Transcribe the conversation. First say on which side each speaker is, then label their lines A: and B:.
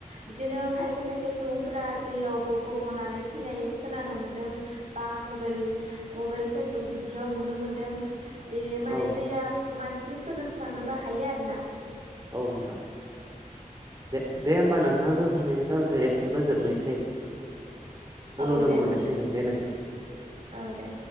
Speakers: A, on the right; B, on the right.
A: बिदिनो खायसे खायसे सुबुंफोरा दैयावबो गब'नानै थैनाय खोनानो मोनदों। बा मबेल मबेल फेसबुक बि दियाव नुनो मोनदों बे माने
B: औ
A: दैया मानसि फोजोबस्रांनोबो हायो आरो ना।
B: औ नोंथां दे दे होमबा नोंथां जों सानैनि रायलायनाया एसेयावनो जोबनोसै
A: औ
B: उनाव लोगो
A: दे
B: मोनलायसिगोन
A: नोंथां
B: दे नोंथां
A: औ दे